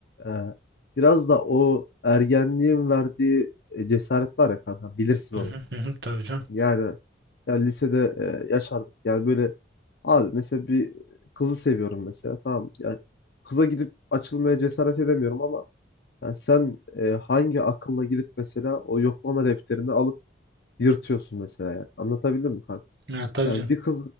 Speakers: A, on the left; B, on the right.
A: E, biraz da o ergenliğin verdiği e, cesaret var ya kankam bilirsin
B: Hı
A: onu.
B: hı hı hı, Tabii canım.
A: Yani yani lisede e, yaşardık. Yani böyle abi mesela bir kızı seviyorum mesela tamam. mı? Yani kıza gidip açılmaya cesaret edemiyorum ama yani sen e, hangi akılla gidip mesela o yoklama defterini alıp yırtıyorsun mesela ya. Anlatabildim mi kanka?
B: Ya tabii
A: Yani
B: canım.
A: bir kız